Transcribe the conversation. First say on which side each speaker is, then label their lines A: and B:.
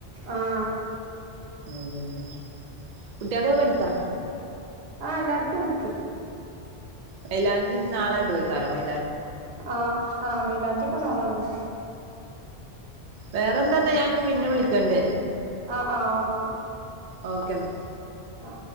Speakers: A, on the right; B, on the right.
A: ആഹ്
B: അതേനെ കുട്ട്യാക്കൊക്കെട്ത്തോ
A: ആ എല്ലാര്ക്കുട്ത്ത്
B: മൈലാഞ്ചി ഇനി നാളെടുവേക്കാരം മ
A: ആ ആ മൈലാഞ്ചിയൊക്കെ നാളെടും
B: വേറെന്താന്നാ ഞാനി പിന്നെ വിൾക്കണ്ട്
A: ആ ആ ഓക്കെ
B: ഓക്കെന്ന
A: ആ